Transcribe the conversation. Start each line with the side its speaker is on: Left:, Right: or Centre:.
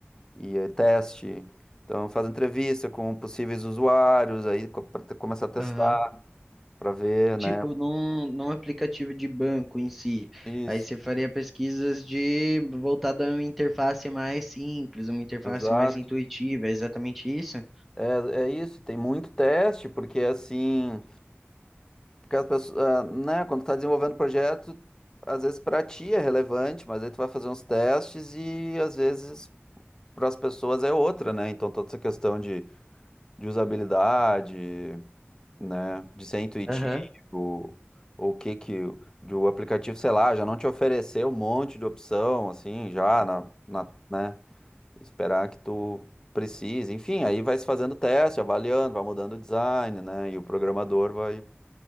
Left: E aí, teste. Então faz entrevista com possíveis usuários, aí para começar a testar,
Centre: Aham.
Left: para ver, né?
Centre: Tipo, num, num aplicativo de banco em si.
Left: Isso,
Centre: Aí você faria pesquisas de voltada a uma interface mais simples, uma interface
Left: exato.
Centre: mais intuitiva, é exatamente isso?
Left: É, é isso, tem muito teste, porque assim, porque as pessoas, ah, né, quando tá desenvolvendo projeto, às vezes para ti é relevante, mas aí tu vai fazer uns testes e às vezes para as pessoas é outra, né? Então toda essa questão de, de usabilidade, né? De ser intuitivo,
Centre: Aham.
Left: ou o que que o de o aplicativo, sei lá, já não te oferecer um monte de opção, assim, já na, na- né? Esperar que tu precise. Enfim, aí vai se fazendo teste, avaliando, vai mudando o design, né? E o programador vai,